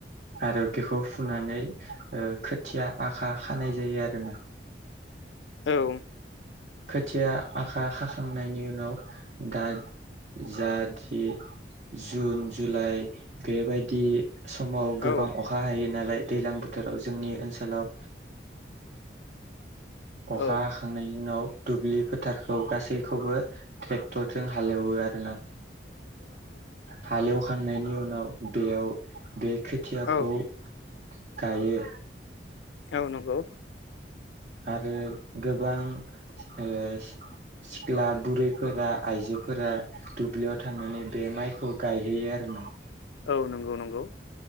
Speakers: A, on the right; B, on the left.
A: आरो बेखौ फुननानै ओ खोथिया आखा खानाय जायो आरो ना
B: औ
A: खोथिया आखा खाखांनायनि उनाव दा जाद जि जुन जुलाइ बेबायदि समाव गोबां
B: औ
A: अ अखा हायो नालाय दैलां बोथोराव जोंनि ओनसोलाव अखा
B: औ
A: हाखांनायनि उनाव दुब्लि फोथारखौ गासै खौबो ट्रेक्टरजों हालेवो आरोना।
B: <unintelligible>
A: हालेवखांनायनि उनाव बेयाव बे खोथियाखौ
B: औ
A: गायो।
B: औ नंगौ।
A: आरो गोबां ओ सिख्ला बुरैफोरा आइजोफोरा दुब्लियाव थांनानै बे माइखौ गायहैयो आरोना।
B: औ नंगौ नंगौ।